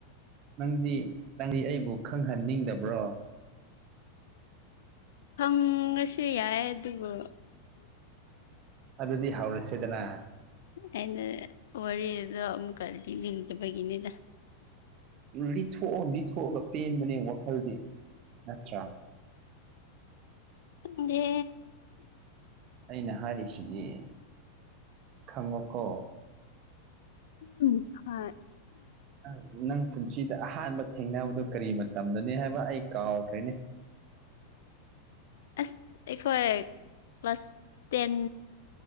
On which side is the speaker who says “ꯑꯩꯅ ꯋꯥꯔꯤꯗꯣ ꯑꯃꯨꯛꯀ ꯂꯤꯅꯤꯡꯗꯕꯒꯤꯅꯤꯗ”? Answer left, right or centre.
Left